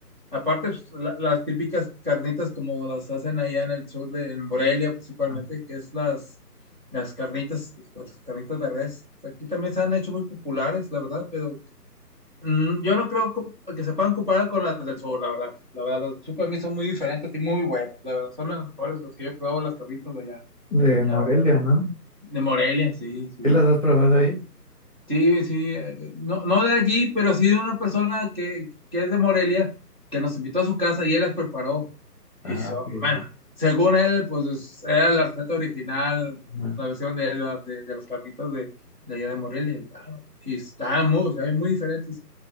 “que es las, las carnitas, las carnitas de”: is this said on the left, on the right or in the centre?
Right